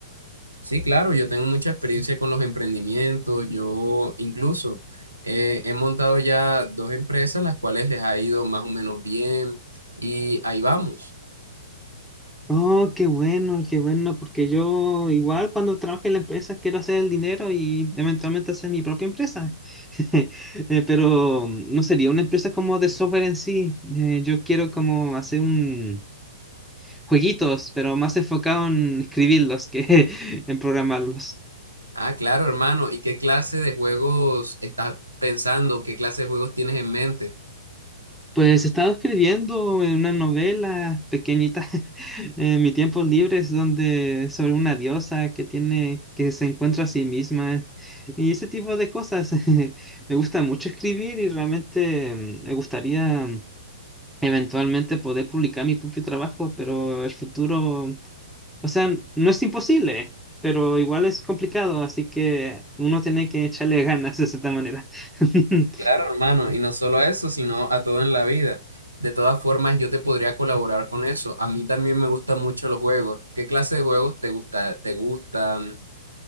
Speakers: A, on the right; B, in the centre.
A: Sí, claro, yo tengo mucha experiencia con los emprendimientos. Yo incluso eh, he montado ya dos empresas, las cuales les ha ido más o menos bien y ahí vamos.
B: Oh, qué bueno, qué bueno, porque yo igual cuando trabaje en la empresa quiero hacer el dinero y eventualmente hacer mi propia empresa. <laughs> Eh, pero mm, no sería una empresa como de software en sí. Eh, yo quiero como hacer un jueguitos, pero más enfocado en escribirlos que <laughs> en programarlos.
A: Ah, claro, hermano. ¿Y qué clase de juegos estás pensando? ¿Qué clase de juegos tienes en mente?
B: Pues he estado escribiendo en una novela pequeñita <laughs> en mi tiempo libre, es donde sobre una diosa que tiene, que se encuentra a sí misma y ese tipo de cosas. <laughs> Me gusta mucho escribir y realmente mm, me gustaría eventualmente poder publicar mi propio trabajo, pero el futuro, o sea, no es imposible, pero igual es complicado, así que uno tiene que echarle <laughs> ganas de cierta manera. <laughs>
A: Claro, hermano. Y no solo a eso, sino a todo en la vida. De todas formas, yo te podría colaborar con eso. A mí también me gustan mucho los juegos. ¿Qué clase de juegos te gusta, te gustan?